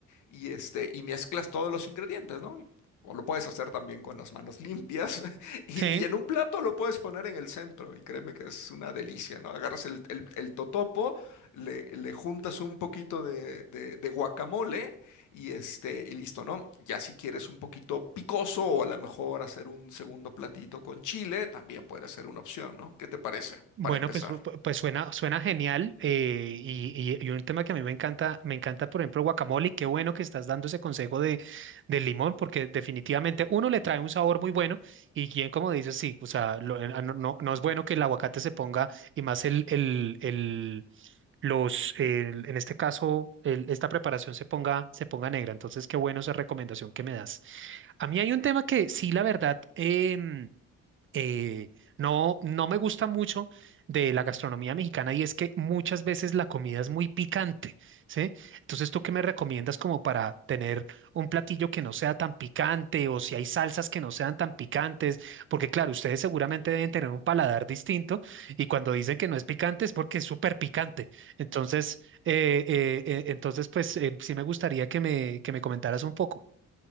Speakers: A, on the left; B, on the right.
A: y este, y mezclas todos los ingredientes, ¿no? O lo puedes hacer también con las manos <laughs> limpias, y,
B: Sí.
A: y en un plato lo puedes poner en el centro y créeme que es una delicia, ¿no? Agarras el, el- el totopo, le, le juntas un poquito de, de- de guacamole y, este, y listo, ¿no? Ya si quieres un poquito picoso o a lo mejor hacer un segundo platito con chile, también puede ser una opción, ¿no? ¿Qué te parece
B: Bueno,
A: para empezar?
B: pues, pu- pu- pues suena, suena genial eh, y, y- y un tema que a mí me encanta, me encanta, por ejemplo, guacamole y qué bueno que estás dando ese consejo de, del limón porque definitivamente uno le trae un sabor muy bueno y quien como dices, sí, o sea, lo- eh, no, no- no es bueno que el aguacate se ponga y más el, el, el- los, el- en este caso, el- esta preparación se ponga, se ponga negra. Entonces, qué bueno esa recomendación que me das. A mí hay un tema que sí, la verdad, em, eh, no, no me gusta mucho de la gastronomía mexicana y es que muchas veces la comida es muy picante, ¿sí? Entonces, ¿tú qué me recomiendas como para tener un platillo que no sea tan picante o si hay salsas que no sean tan picantes? Porque claro, ustedes seguramente deben tener un paladar distinto y cuando dicen que no es picante es porque es súper picante. Entonces, eh, eh, eh, entonces, pues eh, sí me gustaría que me, que me comentaras un poco.